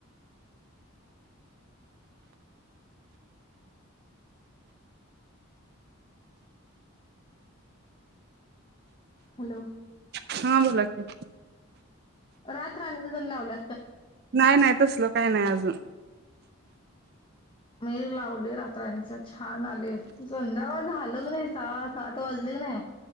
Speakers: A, on the left (about 25°); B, on the right (about 45°).
A: हॅलो
B: हा बोला की
A: रात राण्याचा जण लावला
B: नाही नाही तसलो काही नाही अजून
A: मी लावली रात्रनीच छान आले संध्याकाळ झाल क नाही सहा सात वाजले क नाही